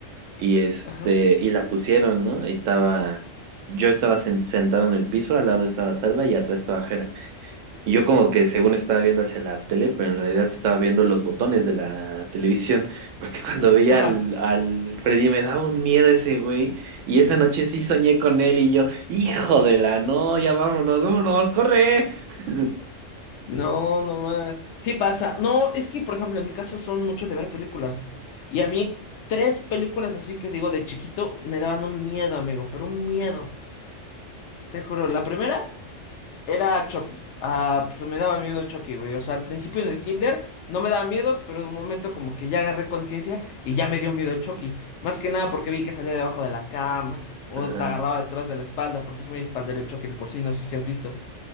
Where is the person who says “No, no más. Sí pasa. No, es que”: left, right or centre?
Left